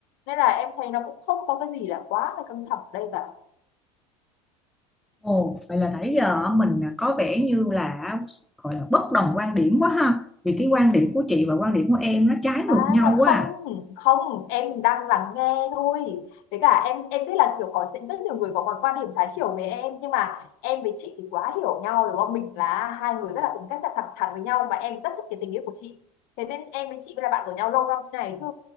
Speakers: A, on the left; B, in the centre.
A: nên là em thấy nó cũng không có cái gì là quá là căng thẳng ở đây cả
B: ồ vậy là nãy giờ mình có vẻ như là gọi là bất đồng quan điểm quá ha vì cái quan điểm của chị và quan điểm của em nó trái
A: à
B: ngược nhau quá
A: không
B: à
A: không em đang lắng nghe thôi với cả em em biết là kiểu có sẽ rất nhiều người có quan quan điểm trái chiều với em nhưng mà em với chị thì quá hiểu nhau đúng không mình là hai người rất là tính cách là thẳng thắn với nhau và em rất thích cái tình yêu của chị thế nên em với chị mới là bạn của nhau lâu năm thế này chứ